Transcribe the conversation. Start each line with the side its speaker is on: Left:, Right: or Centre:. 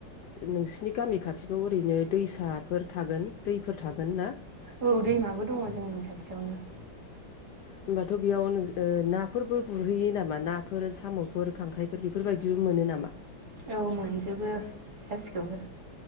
Left: नोंसिनि गामि खाथिफ्राव ओरैनो दैसाफोर थागोन दैफोर थागोन ना?
Right: औ दैमाबो दङ जोंनि खाथियावनो।
Left: होनबाथ' बेयाव नोंसो ओ नाफोरबो गुरहैयो नामा नाफोर साम'फोर खांख्राइफोर बेफोरबायदिबो मोनो नामा?
Right: औ मोनजोबो गासिखौबो